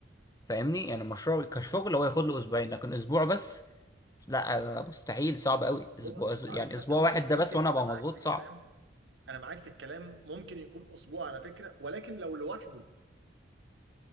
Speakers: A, on the left; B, on the right.
A: فاهمني يعني المشروع كشغل هو ياخد له اسبوعين لكن اسبوع بس لا مستحيل صعب قوي اسبوع
B: هو انت
A: يعني
B: عارف حتى
A: اسبوع
B: ممكن
A: واحد
B: ممكن
A: ده بس وانا ابقى
B: انا معاك
A: مضغوط
B: في الكلام
A: صعب
B: انا معاك في الكلام ممكن يكون اسبوع على فكره ولكن لو لوحده